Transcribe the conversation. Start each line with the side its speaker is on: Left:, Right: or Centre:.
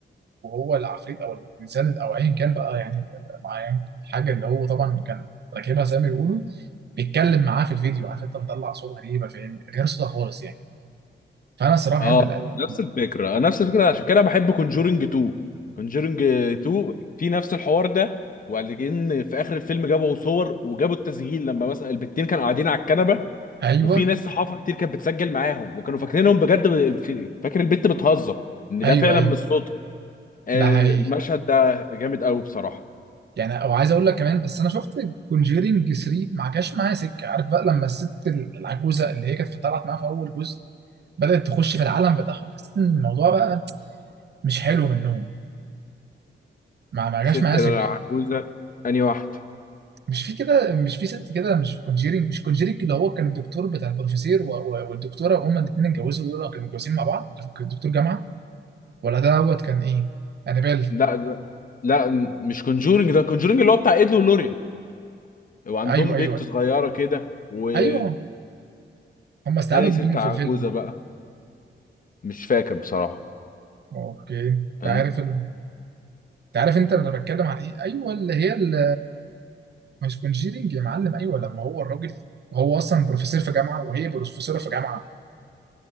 Right: وهو العفريت او الانسان او ايا كان بقى يعني معين حاجة اللي هو طبعا كان راكبها زي ما بيقولوا بيتكلم معاه في الفيديو عارف انت بتطلع صوت غريبة فاهم غير صوتها خالص يعني فانا الصراحه بحب
Left: اه
Right: القلقل
Left: نفس الفكره نفس الفكره عشان كده بحب كونجورنج 2 كونجورنج 2 في نفس الحوار ده وبعدين في اخر الفيلم جابوا صور وجابوا التسجيل لما مثلا البتين كانوا قاعدين على الكنبه
Right: ايوه
Left: وفي ناس صحافه كتير كانت بتسجل معاهم وكانوا فاكرينهم بجد ب- في- فاكر البت بتهزر ان
Right: ايوه
Left: ده فعلا
Right: ايوه
Left: مش صوت آه،
Right: ده حقيقي
Left: المشهد ده جامد قوي بصراحة
Right: يعني او عايز اقول لك كمان بس انا شفت كونجيرينج 3 ما جاش معايا سكه عارف بقى لما الست ال- العجوزه اللي هي كانت في- طلعت معاها في اول جزء بدات تخش في العالم بتاعهم حسيت ان الموضوع بقى مش حلو منهم ما ما جاش
Left: ست
Right: معايا
Left: العجوزة
Right: سكه
Left: أنهي واحدة
Right: مش في كده مش في ست كده مش في كونجيرينج مش كونجيرينج اللي هو كان الدكتور بتاع البروفيسير و- و- والدكتوره وهما الاثنين اتجوزوا دول كانوا متجوزين مع بعض ده كان دكتور جامعه ولا ده دوت كان ايه انابيل
Left: لا ده لا م- مش كونجورنج ده كونجورنج اللي هو بتاع إيد ولورين وعندهم
Right: ايوه ايوه
Left: بنت صغيرة كده وأني
Right: ايوه هم استعانوا بمين
Left: ست
Right: في
Left: عجوزة
Right: الفيلم
Left: بقى مش فاكر بصراحة
Right: اوكي انت
Left: أن-
Right: عارف ال... انت عارف انت انا بتكلم عن ايه ايوه اللي هي ال... مش كونجيرنج يا معلم ايوه لما هو الراجل هو اصلا بروفيسور في جامعه وهي بروفيسوره في جامعه